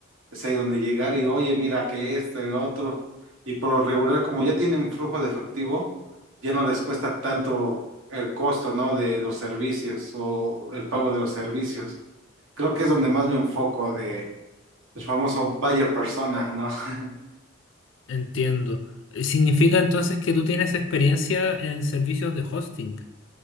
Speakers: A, on the right; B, on the left.
A: es ahí donde llegar y, oye, mira que esto, el otro. Y por lo regular, como ya tienen flujo de efectivo, ya no les cuesta tanto el costo, ¿no? De los servicios o el pago de los servicios. Creo que es donde más me enfoco de el famoso buyer persona, ¿no? <laughs>
B: Entiendo. Eh, ¿Significa entonces que tú tienes experiencia en servicios de hosting?